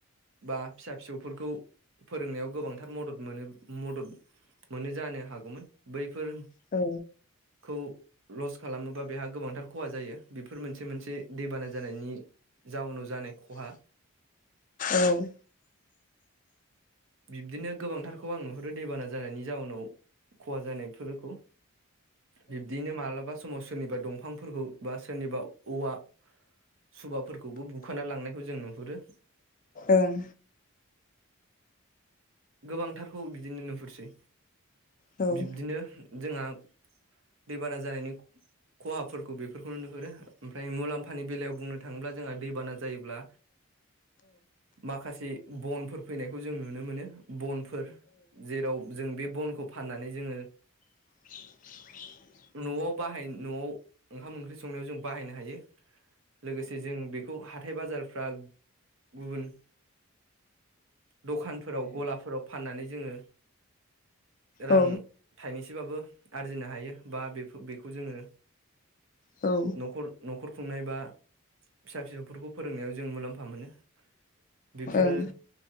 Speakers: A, on the right; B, on the left.
A: बा फिसा फिसौफोरखौ फोरोंनायाव गोबांथार मदद मोनो मदद मोनो जानो हागौमोन। बैफोर
B: औ।
A: खौ लस खालामोबा बेहा गोबांथार खहा जायो। बेफोर मोनसे मोनसे दैबाना जानायनि जाउनाव जानाय खहा।
B: औ।
A: बिब्दिनो गोबांथारखौ आं नुहरो दैबाना जानायनि जाउनाव खहा जानाय‌ फोरखौ बिब्दिनो मालाबा समाव सोरनिबा दंफांफोरखौ बा सोरनिबा औवा सुबाफोरखौबो खाना लांनायखौ जों नुहुरो।
B: ओं।
A: गोबांथारखौ बिदिनो नुहुरसै।
B: औ
A: बिब्दिनो जोंहा दैबाना जानायनि खहाफोरखौ बेफोरखौ नुनोहुरो। ओमफ्राय मुलाम्फानि बेलायाव बुंनो थाङोब्ला जोंहा दैबाना जा जायोब्ला माखासे बनफोर फैनायखौ जों नुनो मोनो। बन फोर जेराव जों बे बनखौ फाननानै जोङो
B: <inaudible>
A: न'आव बाहाय न'आव ओंखाम ओंख्रि संनायाव जों बाहायनो हायो लोगोसे जों बेखौ हाथाय बाजारफ्रा गुबुन दखानफोराव गलाफोराव फाननानै जोङो रां
B: औ
A: थाइनैसबाबो आरजिनो हायो बा बेफो बेखौ जोङो
B: औ।
A: न'खर- न'खर खुंनाय बा फिसा फिसौफोरखौ फोरोंनायाव जों मुलाम्फा मोनो। बेफोरो
B: ओं